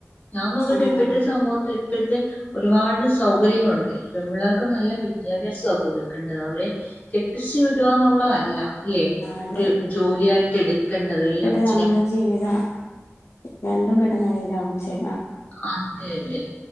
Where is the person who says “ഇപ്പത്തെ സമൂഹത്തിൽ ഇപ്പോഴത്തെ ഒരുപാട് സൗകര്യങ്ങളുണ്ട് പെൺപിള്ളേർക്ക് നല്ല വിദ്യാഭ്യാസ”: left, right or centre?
Left